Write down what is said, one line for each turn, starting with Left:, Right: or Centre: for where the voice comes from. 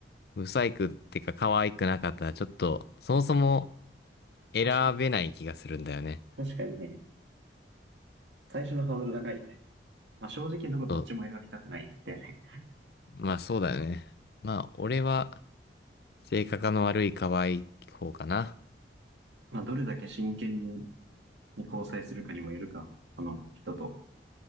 Left: 不細工ってか可愛くなかったら、ちょっと、そもそも選べない気がするんだよね。
Right: 確かに。確かにね。最初のハードル高いよね。まあ、正直なとこどっちも選びたくないんだよね。
Left: そう。まあそうだよね。まあ、俺は、性格の悪い可愛い方かな。
Right: まあ、どれだけ真剣に交際するかにもよるか、その人と。